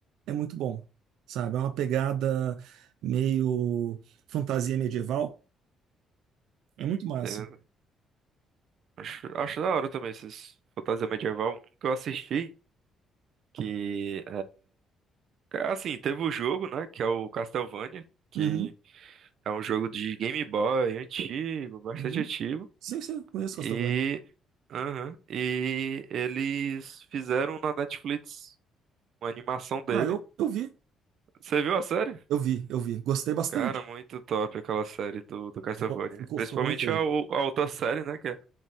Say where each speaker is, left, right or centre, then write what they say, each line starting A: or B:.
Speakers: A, on the right; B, on the right.
A: É muito bom. Sabe? É uma pegada meio fantasia medieval. É
B: Hum,
A: muito
B: entendo.
A: massa.
B: Acho, acho da hora também esses fantasia medieval. Um que eu assisti, que, é, assim, teve o jogo, né? Que é o Castlevania. que
A: Uhum,
B: É um jogo de Game Boy antigo, bastante
A: uhum.
B: antigo.
A: Sim, sim, conheço
B: E,
A: Castlevania.
B: aham, e eles fizeram na Netflix uma animação dele.
A: Ah, eu, eu vi,
B: Você viu a série?
A: eu vi, eu vi. Gostei bastante.
B: Cara, muito top aquela série do, do Castlevania.
A: Ficou, ficou
B: Principalmente
A: ficou bem feito.
B: a, o- a outra série, né? Que é,